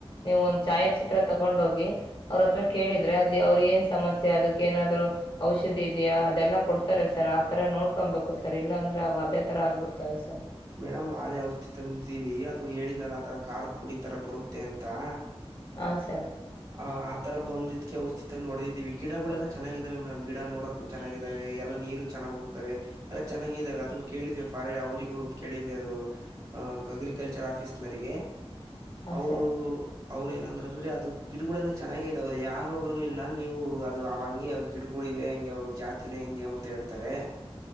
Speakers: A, on the left (about 60°); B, on the right (about 40°).
A: ನೀವು ಒಂದ್ ಛಾಯಾಚಿತ್ರ ತಗೊಂಡ ಹೋಗಿ ಅವ್ರತ್ರ ಕೇಳಿದ್ರೆ ಅದ ಅವ್ರ ಏನ್ ಸಮಸ್ಯೆ ಅದಕ್ಕೆ ಏನಾದ್ರು ಔಷಧಿ ಇದೆಯಾ ಅದೆಲ್ಲಾ ಕೊಡ್ತ ಇರ್ತಾರೆ ಸರ್ ಆತರ ನೋಡ್ಕೊಬೇಕು ಸರ್ ಇಲ್ಲಾಂದ್ರೆ ಅದೇ ತರ ಆಗ್ಬಿಡ್ತಾವವೆ ಸರ್
B: ಮೇಡಮ್ ಆದೇ ಔಷಧಿ ತಂದಿದ್ದೀವಿ ಅದು ಹೇಳಿದಲ್ಲ ಆತರ ಕಾರದಪುಡಿ ತರ ಬರುತ್ತೆ ಅಂತಾ
A: ಹಾ ಸರ್
B: ಆ ಆ ತರ ಬಂದ್ಕ್ಕೆೆ ಔಷಧಿ ಅಂದ ಹೊಡೆದಿವಿ ಗಿಡಗಳೆಲ್ಲ ಚೆನ್ನಾಗಿದಾವೆ ಮೇಡಮ್ ಗಿಡ ನೋಡಕ್ ಚೆನ್ನಾಗಿದ್ದಾವೆ ಎಲ್ಲ ನೀರು ಚೆನ್ನಾಗಿ ಹೋಗ್ತವೆ ಎಲ್ಲ ಚೆನ್ನಾಗಿದಾವೆ ಅದನ್ನ ಕೇಳಿದ್ವಿ ಫಾರೆ ಅವರಿಗೂ ಕೇಳಿದ್ವಿ ಅದು ಅ... ಅಗ್ರಿಕಲ್ಚರ್ ಆಫೀಸ್ನರಿಗೆ
A: ಹಾಂ
B: ಅವರು
A: ಸರ್.
B: ಅವ್ರ ಏನಂದ್ರ ಅಂದ್ರೆ ಅದು ಗಿಡಗಳೆಲ್ಲ ಚೆನ್ನಾಗ ಇದಾವ ಯಾರ ರೋಗನು ಇಲ್ಲ ನೀವು ಅದು ಅವ ಹಂಗೆ ಗಿಡಗಳು ಇವೆ ಹೆಂಗೆ ಜಾತಿನೇ ಹೆಂಗೆ ಅಂತ ಹೇಳ್ತಾರೆ